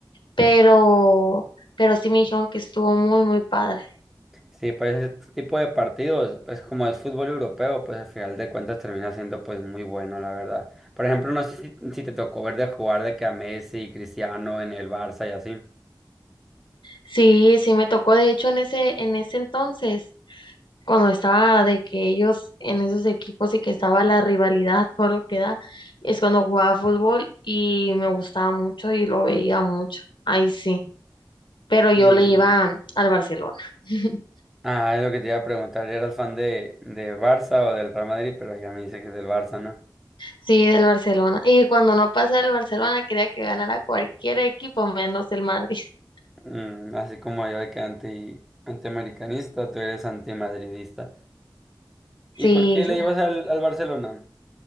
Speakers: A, on the left; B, in the centre.
A: Pero, pero sí me dijeron que estuvo muy, muy padre.
B: Sí, pues este tipo de partidos, pues como es fútbol europeo, pues al final de cuentas termina siendo pues muy bueno, la verdad. Por ejemplo, no sé si, si te tocó ver de jugar de que a Messi y Cristiano en el Barça y así.
A: Sí, sí me tocó. De hecho, en ese, en ese entonces. cuando estaba de que ellos en esos equipos y que estaba la rivalidad, <laughs> todo lo que da, es cuando jugaba fútbol y me gustaba mucho y lo veía mucho. Ahí sí. Pero
B: Y
A: yo le iba al Barcelona. <laughs>
B: Ah, es lo que te iba a preguntar, ¿eras fan de, de Barça o del Real Madrid? Pero ya me dice que es del Barça, ¿no?
A: Sí, del Barcelona. Y cuando no pasaba el Barcelona, quería que ganara cualquier equipo menos el Madrid. <laughs>
B: Mm, así como yo de que anti, antiamericanista, tú eres antimadridista.
A: Sí,
B: ¿Y por qué le
A: la-
B: ibas al, al Barcelona?